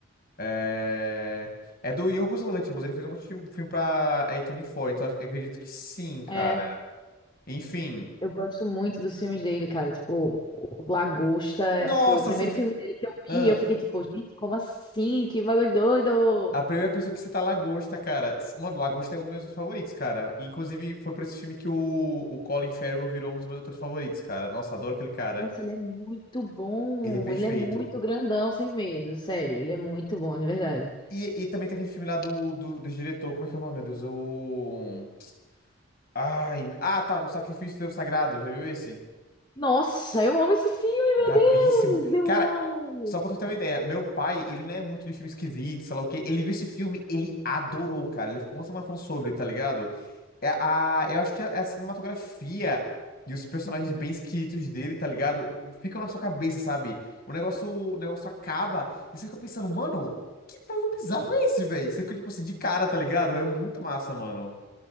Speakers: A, on the left (about 50°); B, on the left (about 25°).
A: É... É do Yorgos Lanthimos, ele fez um monte de filme pra A24, então eu acredito que sim, cara.
B: É.
A: Enfim,
B: Eu gosto muito dos filmes dele, cara. Tipo, o Lagosta
A: nossa,
B: foi o primeiro
A: assim,
B: filme dele que eu vi.
A: ah,
B: E eu fiquei tipo, gente, como assim? Que bagulho doido!
A: a primeira pessoa que cita a Lagosta, cara. S- Mano, Lagosta é um dos meus filmes favoritos, cara. E, inclusive, foi por esse filme que o, o Colin Farrell virou um dos meus atores favoritos, cara. Nossa, adoro aquele cara.
B: Nossa, ele é muito bom.
A: Ele é perfeito.
B: Ele é muito grandão, sem medo. Sério, ele é muito bom, de verdade.
A: E, e também tem aquele filme lá do, do, do diretor. Como é que é o nome, meu Deus? É O. Ai. Ah, tá. O Sacrifício do Devo Sagrado. Já viu esse?
B: Nossa, eu amo esse filme,
A: Brabíssimo.
B: meu Deus! Eu
A: Cara,
B: amo!
A: só pra tu ter uma ideia, meu pai, ele não é muito de filme esquisito, sei lá o quê. Ele viu esse filme, ele adorou, cara. Ele ficou uma semana falando sobre, tá ligado? É a, eu acho que é a cinematografia e os personagens
B: Uhum.
A: bem esquisitos dele, tá ligado? Ficam na sua cabeça, sabe? O negócio, o negócio acaba e você fica pensando, mano, que povo bizarro é esse, velho? Você fica, tipo assim, de cara, tá ligado? É muito massa, mano.